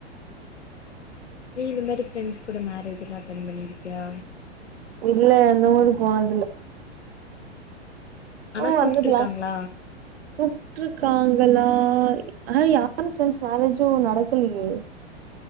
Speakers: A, on the left; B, on the right.
A: நீ இந்த மேரி ஃப்ரெண்ட்ஸ் கூட மேரேஜ் எல்லா அட்டென் பண்ணிருக்கியா
B: இல்ல அந்த மாரி போனதுல்ல
A: ஆனா
B: அவ
A: கூப்ட்ருக்காங்களா
B: வந்துர்லா கூப்ட்ருக்காங்களா ஆனா யார் ஃப்ரெண்ட்ஸ் மேரேஜு நடக்கலயே